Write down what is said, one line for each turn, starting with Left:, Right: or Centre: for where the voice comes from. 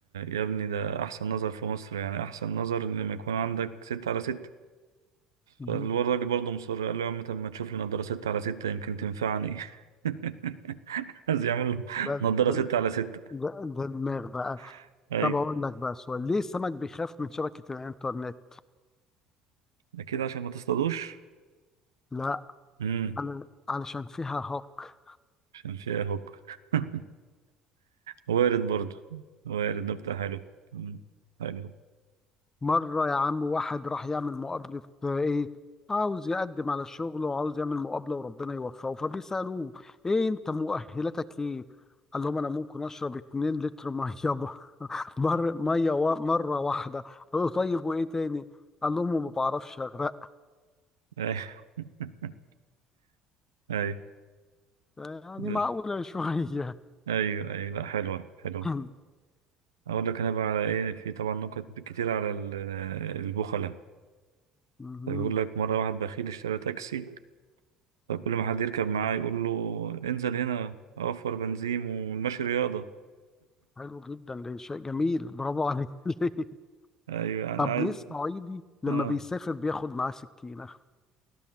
Right: يا ابني ده احسن نظر في مصر يعني احسن نظر ان لما يكون عندك ستة على ستة
Left: مهم.
Right: فالراجل برضه مصر قال له يا عم طب ما تشوف لي نظارة ستة على ستة يمكن تنفعني <laughs> عايز يعمل له
Left: ده
Right: نظارة
Left: ده
Right: ستة على ستة
Left: ده ده دماغ بقى
Right: <laughs> ايوه
Left: طب أقول لك بقى سؤال ليه السمك بيخاف من شبكة الإنترنت؟
Right: اكيد عشان ما تصطادوش
Left: لا
Right: امم
Left: على- علشان فيها هاك
Right: عشان فيها هوك <laughs> وارد برضو وارد نكتة حلوة مم. حلوة
Left: مرة يا عم واحد راح يعمل مقابلة آه، إيه عاوز يقدم على الشغل وعاوز يعمل مقابلة وربنا يوفقه فبيسألوه إيه أنت مؤهلاتك إيه؟ قال لهم أنا ممكن أشرب 2 لتر مية <laughs> مر مية و- مرة واحدة قالوا طيب وإيه تاني؟ قال لهم ما بعرفش أغرق
Right: أيوة <laughs> أيوة
Left: يعني
Right: لا،
Left: معقولة شوية <coughs>
Right: أيوة أيوة لا حلوة حلوة
Left: <clears throat>
Right: أقول لك أنا بقى على إيه في طبعا نكت كتير على ال- البخلة
Left: مهم.
Right: فبيقول لك مرة واحد بخيل اشترى تاكسي فكل ما حد يركب معاه يقول له انزل هنا أوفر بنزين والمشي رياضة
Left: حلو جدا ده شيء جميل برافو عليك <laughs>
Right: أيوة يعني
Left: طب
Right: عايز
Left: ليه الصعيدي لما
Right: آه
Left: بيسافر بياخد معاه سكينة